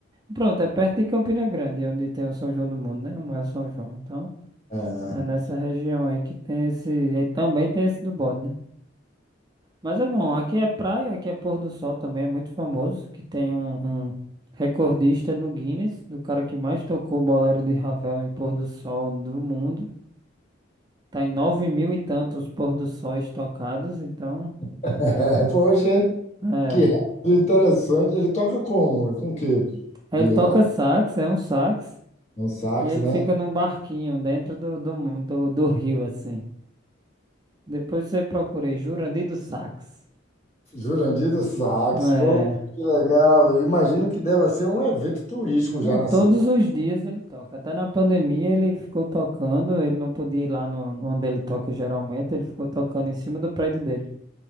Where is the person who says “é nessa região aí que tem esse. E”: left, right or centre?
Right